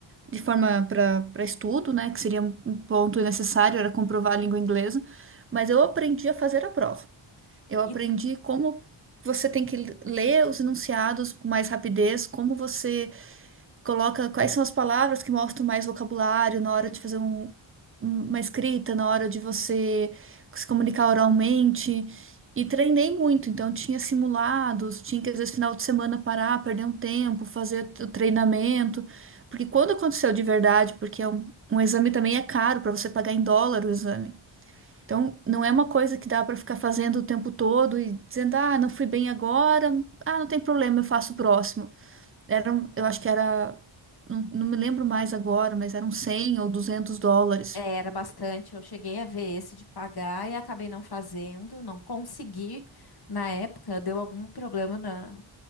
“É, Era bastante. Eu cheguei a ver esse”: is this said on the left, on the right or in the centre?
Left